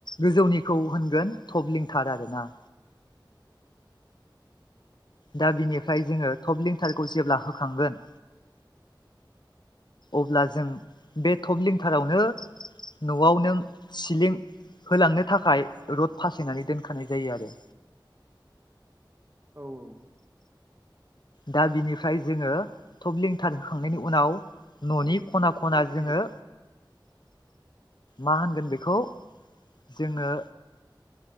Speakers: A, on the left; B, on the right.
A: गोजौनिखौ होनगोन थब लिंथार आरोना दा बिनिफ्राय जोङो थबलिंथारखौ जेब्ला होखांगोन अब्ला जों बे थबलिंथारावनो न'आवनो जों सिलिं होलांनो थाखाय रड फासायनानै दोनखानाय जायो आरो
B: औ औ
A: दा बिनिफ्राय जोङो थबलिं थार होखांनायनि उनाव न'नि
B: गोदोब्रा
A: खना
B: दखानाव
A: खना
B: दं बियो
A: जोङो मा होनगोन बेखौ जोङो